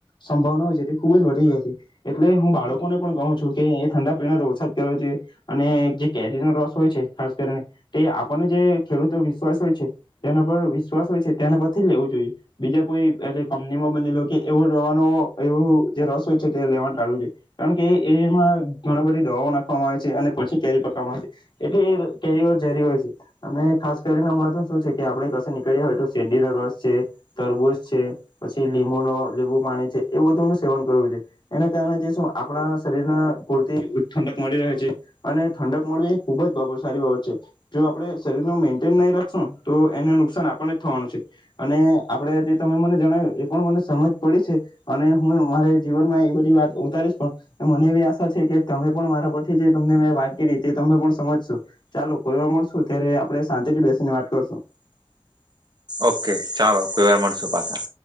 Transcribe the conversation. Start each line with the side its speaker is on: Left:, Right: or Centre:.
Left: સંભાવના હોય છે. એટલે હું બાળકોને પણ કહું છું કે એ ઠંડા પીણા રોસાદ કર્યો છે અને જે કેરીનો રસ હોય છે ખાસ કરીને તે આપણને જે ખેડૂતો વિશ્વાસ હોય છે જેના પર વિશ્વાસ હોય છે તેના પરથી લેવું જોઈએ બીજા કોઈ એટ કંપનીમાં બનેલો કે એવો રવાનો એવો. જે રસ હોય છે તે લેવાનું ટાળવું જોઈ કારણ કે એમાં ઘણા બધી દવાઓ નાખવામાં આવે છે અને પછી કેરી પકવામાં આવે છે એટલે એ કેરીઓ ઝરી હોય છે અને ખાસ કરીને હમણાં તો શું છે કે આપણે ક નીકળ્યા હોય તો શેરડીનો રસ છે તરબૂજ છે પછી લીંબુ ન લીંબુ પાણી છે એ બધું ન. સેવન કરવું જોઈએ એના કારણે જે શું આપણા શરીરને પૂરતી ઠંડક મળી રહે છે અને ઠંડક મળવી એ ખૂબ જ સારી બાબત છે જો આપણે શરીરનું મેન્ટેન નહીં રાખશું તો એને નુકસાન આપણને જ થવાનું છે અને આપણે જે તમે મને જણાવ્યું એ પણ મને સમજ પડી છે અને. હું મારે જીવન માં એ બધી વાત ઉતારીશ પણ મને એવી આશા છે કે તમે પણ મારા પછી જે તમને મે વાત કરી તે તને પણ સમજશું ચાલો કોઈ વાર મળશું ત્યારે આપણે શાંતિથી બેસીને વાત કરશું.
Right: ઓકે ચાલો કોઈ વાર મળશો પાછા.